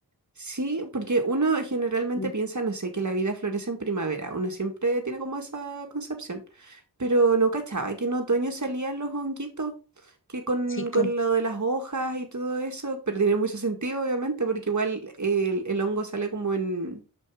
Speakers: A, on the right; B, on the left.
A: Sí, porque uno generalmente
B: Ujú.
A: piensa, no sé, que la vida florece en primavera. Uno siempre tiene como esa concepción. Pero no cachaba que en otoño salían los honguitos, que con,
B: Sí,
A: con
B: pues,
A: lo de las hojas y todo eso, pero tiene mucho sentido, obviamente, porque igual el, el hongo sale como en,